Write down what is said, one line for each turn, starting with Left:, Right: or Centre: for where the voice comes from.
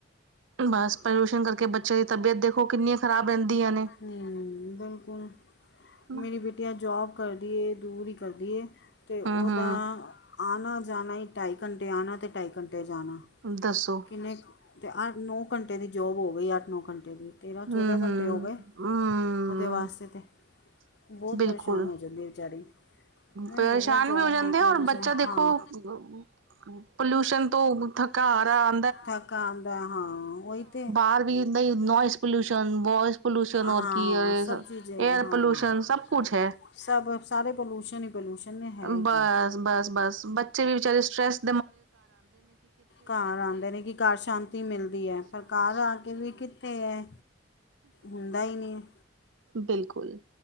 Right: ਬਸ ਪੋਲਿਊਸ਼ਨ ਕਰਕੇ ਬੱਚਿਆਂ ਦੀ ਤਬੀਅਤ ਦੇਖੋ ਕਿੰਨੀਆਂ ਖਰਾਬ ਰਹਿੰਦੀਆਂ ਨੇ-
Left: ਨਹੀ ਬਿਲਕੁਲ-
Right: ਹਨਾ
Left: ਮੇਰੀ ਬਿਟੀਆ ਜੋਬ ਕਰਦੀ ਹੈ। ਦੂਰੀ ਹੀ ਕਰਦੀ ਹੈ। ਤੇ ਉਹਦਾ
Right: ਹੂੰ-ਹੂੰ
Left: ਆਉਣਾ ਜਾਣਾ ਹੀ ਢਾਈ ਘੰਟੇ ਆਉਣਾ ਤੇ ਢਾਈ ਘੰਟੇ ਜਾਣਾ
Right: ਦੱਸੋ-
Left: ਕਿੰਨੇ ਤੇ ਨੌ ਘੰਟੇ ਦੀ ਜੋਬ ਹੋ ਗਈ ਅੱਠ -ਨੌ ਘੰਟੇ ਦੀ- ਤੇਰ੍ਹਾਂ -ਚੌਦਾਂ
Right: ਹੂੰ-ਹੂੰ,
Left: ਘੰਟੇ ਹੋ ਗਏ,
Right: ਹੂੰ,
Left: ਉਹਦੇ ਵਾਸਤੇ ਤੇ- ਬਹੁਤ
Right: ਬਿਲਕੁਲ।
Left: ਪਰੇਸ਼ਾਨ ਹੋ ਜਾਂਦੀ ਹੈ। ਵਿਚਾਰੀ- ਮੈਂ
Right: ਪਰੇਸ਼ਾਨ
Left: ਭਈਆ ਜੋਬ
Right: ਵੀ ਹੋ ਜਾਂਦੇ
Left: ਦੇਖ
Right: ਆ,
Left: ਲਓ
Right: ਔਰ
Left: ਦੂਸਰੇ
Right: ਬੱਚਾ ਦੇਖੋ-
Left: ਹਾਂ
Right: ਪੋਲਿਊਸ਼ਨ ਤੋਂ ਥੱਕਾ ਹਾਰਾ-
Left: ਥਕਾ ਆਉਦਾ, ਹਾਂ ਉਹੀ ਤੇ-
Right: ਹਰ ਵਹੀਲ ਦੇ ਨੋਇਜ਼ ਪੋਲਊਸ਼ਨ ਬ- ਪੋਲਿਊਸ਼ਨ ਔਰ
Left: ਹਾਂ
Right: ਕੀ ਆ ਅਮ,
Left: ਸਭ ਚੀਜ਼
Right: ਏਅਰ
Left: ਹਾਂ
Right: ਪੋਲੂਸ਼ਨ ਸਭ ਕੁੱਛ ਹੈ।
Left: ਸਭ ਸਾਰੇ ਪੋਲਿਊਸ਼ਨ ਨੇ। ਪਲਿਊਸ਼ਨ ਨੇ। ਹੈ
Right: ਬਸ-ਬਸ-ਬਸ
Left: ਕਿ
Right: ਬੱਚੇ ਵੀ ਵਿਚਾਰੇ ਸਟ੍ਰੈਸ।
Left: ਘਰ ਆਉਂਦੇ ਨੇ ਕਿ ਘਰ ਸ਼ਾਂਤੀ ਮਿਲਦੀ ਹੈ। ਪਰ ਘਰ ਆ ਕੇ ਵੀ ਕਿਦਾ। ਅ ਤੇ ਹੈ, ਹੁੰਦਾ ਹੀ ਨਹੀਂ ਹੈ।
Right: ਬਿਲਕੁਲ।